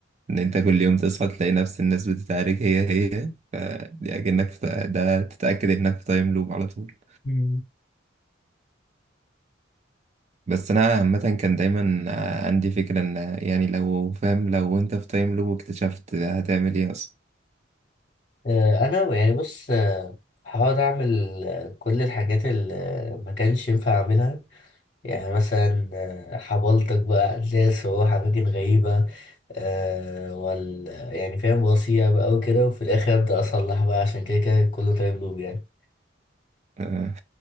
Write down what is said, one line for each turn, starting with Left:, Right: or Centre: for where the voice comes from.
Right: إن أنت كل يوم تصحى تلاقي نفس الناس بتتعارك هي هي فدي أكنك في ده تتأكد إنك في تايم لوب على طول
Left: مم.
Right: بس انا عامه كان دايما عندي فكره ان يعني لو فاهم لو انت في تايم لوب اكتشفت هتعمل ايه اصلا
Left: آه، انا يعني بص آه، هحاول اعمل آه، كل الحاجات اللي آه، ما كانش ينفع اعملها يعني مثلا آه، حبلتك بقى ناس واروح اماكن غريبة آه، وال يعني فاهم وصيع بقى وكده وفي الاخر ابدا اصلح بقى عشان كده كده كله تايم لوب يعني
Right: آه.